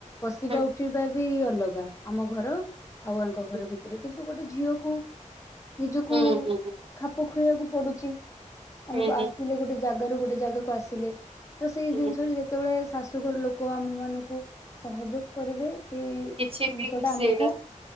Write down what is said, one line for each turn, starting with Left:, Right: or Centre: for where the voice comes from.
Left: ବସିବା
Right: ହୁଁ ହୁଁ
Left: ଉଠିବା ବି ଅଲଗା ଆମ ଘର ଆଉ ଆଙ୍କ
Right: ହୁଁ
Left: ଘର ଭିତରେ କିନ୍ତୁ ଗୋଟେ ଝିଅକୁ ନିଜକୁ
Right: ହୁଁ ହୁଁ
Left: ଖାପ ଖୁଆଇବାକୁ ପଡୁଛି ଆମେ
Right: ହୁଁ
Left: ବେ ଆସିଲେ
Right: ହୁଁ
Left: ଗୋଟେ ଜାଗାରୁ ଗୋଟେ ଜାଗାକୁ ଆସିଲେ ତ ସେଇ ଜିନିଷରେ
Right: ହୁଁ
Left: ଯେତେବେଳେ ଶାଶୁଘର ଲୋକ ଆମ ମାନଙ୍କୁ ସହଯୋଗ କରିବେ ସେ ଜିନିଷଟା
Right: କିଛି ବି ସେଇଟା
Left: ଆମକୁ